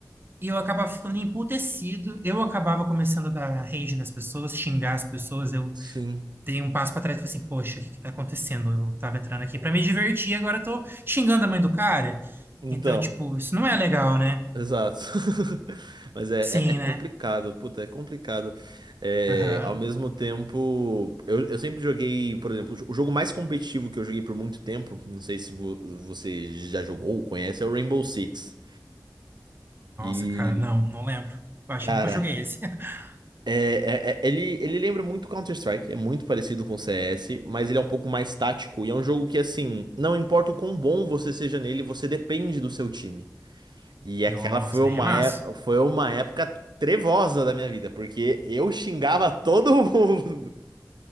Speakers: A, on the right; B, on the right.
A: e eu acabava ficando emputecido. Eu acabava começando a dar rage nas pessoas, xingar as pessoas. Eu
B: Sim.
A: dei um passo para trás e falei assim, poxa, o que que tá acontecendo? Eu tava entrando aqui para me divertir, agora eu tô xingando a mãe do cara.
B: Então,
A: Então, tipo, isso não é legal, né?
B: exato. <laughs> Mas é,
A: Sim,
B: é, é complicado,
A: né?
B: puta, é complicado. É,
A: Aham.
B: ao mesmo tempo, eu, eu sempre joguei, por exemplo, o jogo mais competitivo que eu joguei por muito tempo, não sei se vo- você já jogou ou conhece, é o Rainbow Six.
A: Nossa,
B: E,
A: cara, não, não lembro. Eu acho
B: cara,
A: que eu nunca joguei esse. <laughs>
B: É, é- é- ele, ele lembra muito Counter-Strike, é muito parecido com o CS, mas ele é um pouco mais tático e é um jogo que, assim, não importa o quão bom você seja nele, você depende do seu time. E aquela
A: Nossa,
B: foi uma,
A: daí é massa.
B: é- foi uma época trevosa da minha vida, porque eu xingava todo <laughs> mundo.